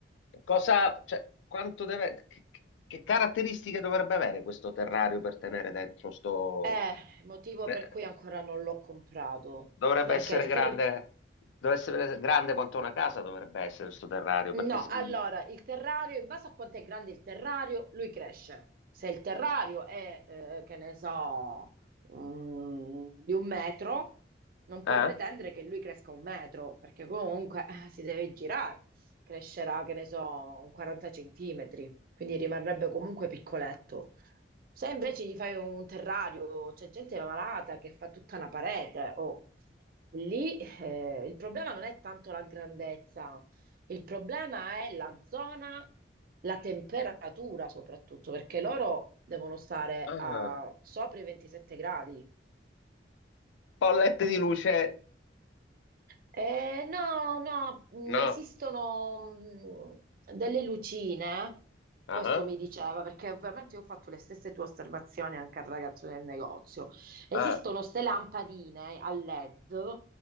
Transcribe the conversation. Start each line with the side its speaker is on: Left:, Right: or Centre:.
Left: cosa, cioè, quanto deve, che, che caratteristiche dovrebbe avere questo terrario per tenere dentro sto...
Right: Eh, motivo
Left: eh,
Right: per cui ancora non l'ho comprato,
Left: dovrebbe
Right: perché
Left: essere
Right: il
Left: grande,
Right: terrario...
Left: dovrebbe essere grande quanto una casa dovrebbe essere sto terrario, perché
Right: No,
Left: se
Right: allora
Left: mi...
Right: il terrario, in base a quanto è grande il terrario, lui cresce. Se il terrario è, eh, che ne so, mm, di un metro, non puoi
Left: Eh?
Right: pretendere che lui cresca un metro, perché comunque eh, si deve girare. Crescerà, che ne so, un 40 centimetri, quindi rimarrebbe comunque piccoletto. Se invece gli fai un terrario, c'è gente malata che fa tutta una parete, o lì eh, il problema non è tanto la grandezza, il problema è la zona, la temperatura soprattutto, perché loro devono stare
Left: Ah,
Right: a sopra i 27 gradi.
Left: Bollette di luce?
Right: Eh, no, no, mh,
Left: no.
Right: esistono mh, delle lucine,
Left: Ah,
Right: questo mi diceva, perché ovviamente io ho fatto le stesse tue osservazioni anche al ragazzo del negozio. Esistono
Left: Ah,
Right: ste lampadine a LED,